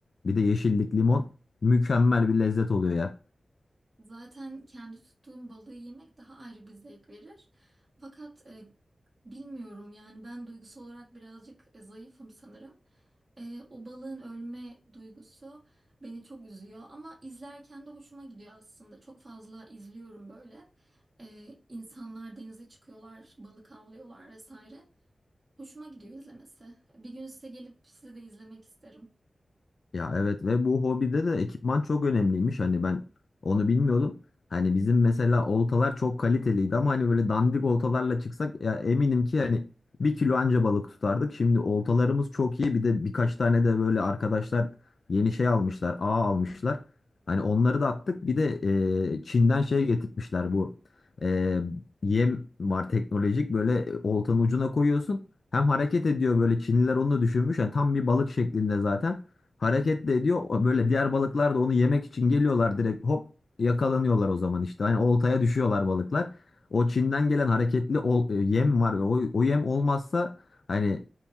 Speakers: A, on the left (about 65°); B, on the right (about 25°).
A: Bir de yeşillik limon mükemmel bir lezzet oluyor ya.
B: Zaten kendi tuttuğum balığı yemek daha ayrı bir zevk verir. Fakat e, bilmiyorum yani ben duygusal olarak birazcık e, zayıfım sanırım. Ee, o balığın ölme duygusu beni çok üzüyor ama izlerken de hoşuma gidiyor aslında. Çok fazla izliyorum böyle. Ee, insanlar denize çıkıyorlar, balık avlıyorlar vesaire. Hoşuma gidiyor izlemesi. Bir gün size gelip sizi de izlemek isterim.
A: Ya evet ve bu hobide de ekipman çok önemliymiş. Hani ben onu bilmiyordum. Hani bizim mesela oltalar çok kaliteliydi ama hani böyle dandik oltalarla çıksak ya eminim ki yani bir kilo anca balık tutardık. Şimdi oltalarımız çok iyi. Bir de birkaç tane de böyle arkadaşlar yeni şey almışlar, ağ almışlar. Hani onları da attık. Bir de e, Çin'den şey getirtmişler bu e, yem var teknolojik böyle e, oltanın ucuna koyuyorsun. Hem hareket ediyor böyle Çinliler onu da düşünmüş. Yani tam bir balık şeklinde zaten. Hareket de ediyor. Böyle diğer balıklar da onu yemek için geliyorlar direkt hop yakalanıyorlar o zaman işte. Hani oltaya düşüyorlar balıklar. O Çin'den gelen hareketli ol- e, yem var ve o, o yem olmazsa hani